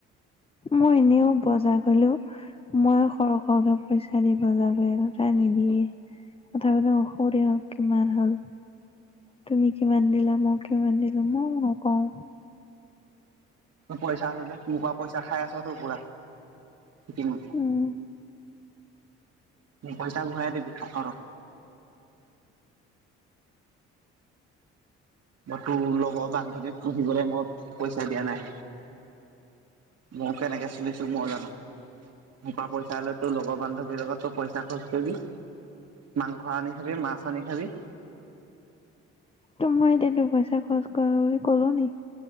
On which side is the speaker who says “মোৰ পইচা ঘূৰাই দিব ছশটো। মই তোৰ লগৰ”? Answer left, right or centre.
Right